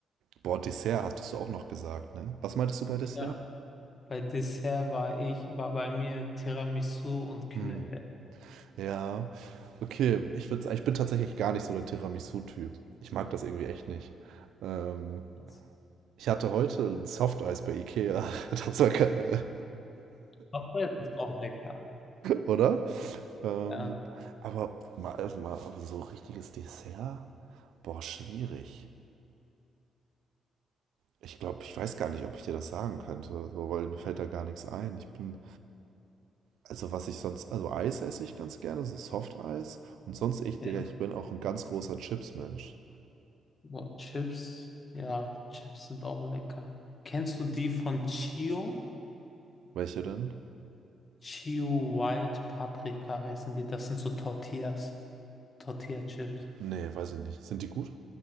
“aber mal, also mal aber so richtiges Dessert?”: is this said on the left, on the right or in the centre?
Right